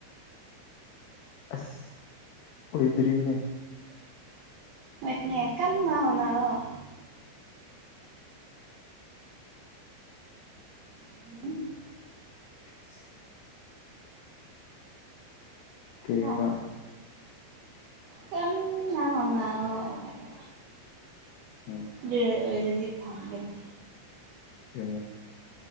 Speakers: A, on the left; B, on the right.
A: ꯑꯁ ꯑꯣꯏꯗ꯭ꯔꯤꯅꯦ꯫
B: ꯍꯣꯏꯅꯦ ꯀꯟꯅꯥ ꯍꯣꯠꯅꯥꯑꯣ ꯫ ꯎꯝ
A: <inaudible> ꯀꯩ
B: ꯍ
A: ꯍꯥꯏꯕ
B: ꯀꯟꯅ ꯍꯣꯠꯅꯑꯣ ꯍꯥꯏꯕ
A: ꯎꯝ
B: ꯑꯗꯨꯑꯣꯏꯔꯗꯤ ꯐꯪꯒꯅꯤ꯫
A: ꯑꯗꯨꯅꯤ